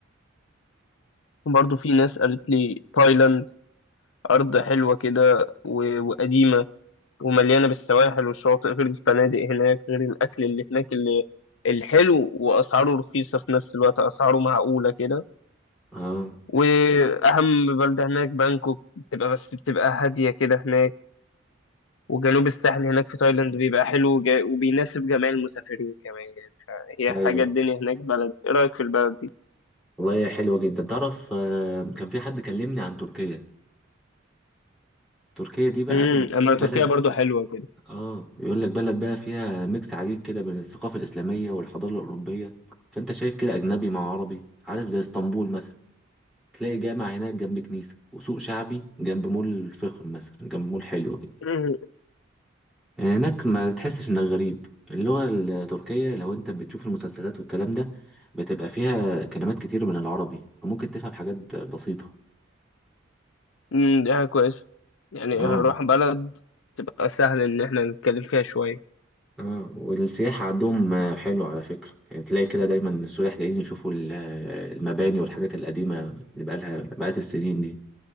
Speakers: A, on the left; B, in the centre.
A: وبرضه في ناس قالت لي تايلاند أرض حلوة كده و- وقديمة ومليانة بالسواحل والشواطئ غير الفنادق هناك غير الأكل اللي هناك اللي الحلو وأسعاره رخيصة في نفس الوقت أسعاره معقولة كده
B: اه
A: وأهم بلدة هناك بانكوك بتبقى بس بتبقى هادية كده هناك وجنوب الساحل هناك في تايلاند بيبقى حلو وجا- وبيناسب جميع المسافرين كمان يعني فهي
B: ايوه
A: حاجة الدنيا هناك بلد إيه رأيك في البلد؟
B: والله هي حلوة جدا تعرف آه، كان في حد كلمني عن تركيا تركيا دي بقى
A: مم.
B: بي-
A: أما تركيا
B: بلد
A: برضو حلوة
B: اه بيقول لك بلد بقى فيها ميكس عجيب كده بين الثقافة الإسلامية والحضارة الأوروبية فانت شايف كده أجنبي مع عربي عارف زي اسطنبول مثلا تلاقي جامع هناك جنب كنيسة وسوق شعبي جنب مول فخم مثلا جنب مول حلو كده
A: كده
B: يعني هناك ما تحسش انك غريب اللغة التركية لو انت بتشوف المسلسلات والكلام ده بتبقى فيها كلمات كتير من العربي فممكن تفهم حاجات بسيطة
A: امم دي حاجة كويسة يعني
B: اه
A: هنروح بلد تبقى سهل إن احنا نتكلم فيها شوية
B: اه والسياحة عندهم آه، حلوة على فكرة يعني تلاقي كده دايما السياح جايين يشوفوا ال- آه، المباني والحاجات القديمة اللي بقالها بقالت السنين دي